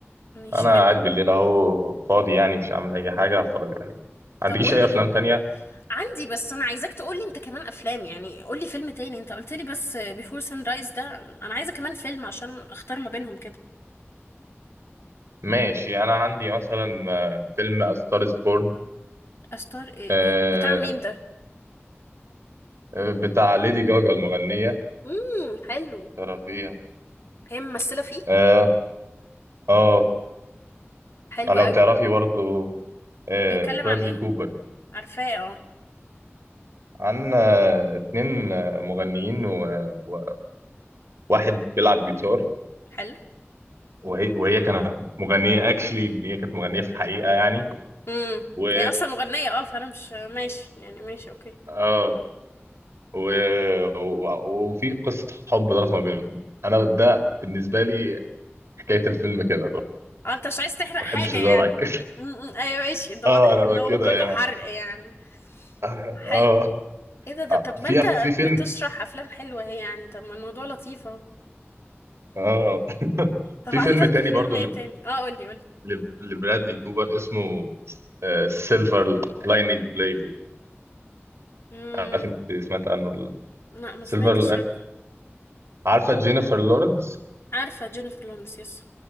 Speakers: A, on the left; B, on the right.
A: مش
B: انا
A: حلو
B: قاعد بالليل اهو فاضي يعني مش هعمل اي حاجه هتفرج عليه ما
A: طب
B: عندكيش
A: قول
B: اي
A: لي
B: افلام تانية
A: عندي بس انا عايزاك تقول لي انت كمان افلام يعني قول لي فيلم تاني انت قلت لي بس بيفور سان رايز ده انا عايزه كمان فيلم عشان اختار ما بينهم كده
B: ماشي انا عندي مثلا آه، فيلم A Star is Born
A: استار إيه
B: آه،
A: بتاع مين ده
B: آه، بتاع ليدي جاجا المغنيه
A: امم حلو
B: ترى فيها
A: هي ممثله فيه
B: اه اه
A: حلو
B: آه، لو
A: قوي
B: تعرفي برضو آه،
A: طب بيتكلم
B: برادلي
A: عن ايه
B: كوبر
A: عارفاه اه
B: عندنا اتنين آه، مغنيين و- وواحد بيلعب جيتار
A: حلو
B: وهي, وهي كانت مغنية اكشلي اللي هي كانت مغنية في الحقيقة يعني
A: امم
B: و
A: هي اصلا مغنيه اه فانا مش ماشي يعني ماشي اوكي
B: اه و... و... وفي قصة حب دارت ما بينهم انا ده بالنسبة لي حكاية الفيلم كده ما
A: اه انت مش عايز تحرق
B: بحبش
A: حاجة
B: الزرع
A: يعني
B: كده <laughs>
A: امم ايوه ماشي ده
B: اه
A: واضح
B: انا
A: ان هو
B: كده
A: كله
B: يعني
A: حرق يعني
B: <laughs>
A: حلو
B: اه
A: ايه ده ده طب ما
B: في
A: انت
B: في فيلم
A: بتشرح افلام حلوة اهي يعني طب ما الموضوع لطيف اهو
B: اه <laughs>
A: طب
B: في
A: <laughs> عندك
B: فيلم تاني
A: فيلم
B: برضو
A: ايه تاني اه قولي قولي
B: لب- لبرادلي كوبر اسمه سيلفر لايننج بلاي
A: امم
B: عارف انت سمعت عنه ولا لا؟
A: لا ما
B: سيلفر
A: سمعتش عنه
B: عارفه جينيفر لورنس
A: عارفة جينيفر لورنس يس